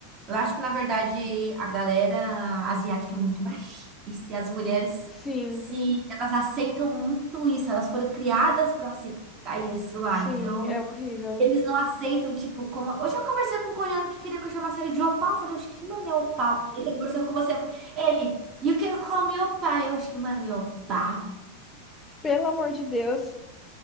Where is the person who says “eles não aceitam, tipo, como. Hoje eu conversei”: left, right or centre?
Right